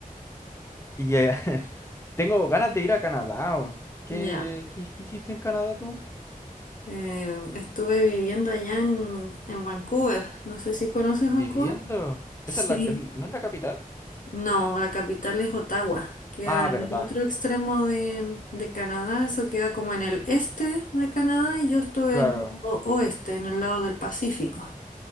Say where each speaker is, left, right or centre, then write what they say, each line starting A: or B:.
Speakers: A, on the left (about 20°); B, on the left (about 65°).
A: Y eh, <laughs> tengo ganas de ir a Canadá. weón. ¿Qué,
B: Ya.
A: qué, qué hiciste en Canadá tú?
B: Eh, estuve viviendo allá en, en Vancouver. No sé si conoces
A: Viviendo.
B: Vancouver. Sí.
A: ¿Esa es la, es- no es la capital?
B: No, la capital es Ottawa. Queda
A: Ah,
B: en
A: verdad.
B: el otro extremo de, de Canadá. Eso queda como en el este de Canadá y yo estuve
A: Claro.
B: en el lado oeste, en el lado del Pacífico.